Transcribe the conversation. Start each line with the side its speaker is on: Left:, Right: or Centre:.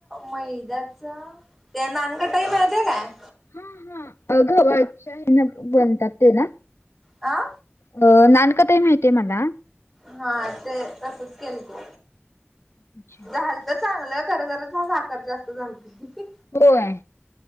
Centre: मैद्याच ते, नानकट्टाहीमाहिती काय,
Left: ह ह घवाच्या हेन, बनतात ते ना,
Centre: हा,
Left: अ नानकटाई माहितीय मला,
Centre: हा ते तसच केल तू
Left: अच्छा.
Centre: झाल, चांगलं खर जरच हा साख जास्त झालते,
Left: होय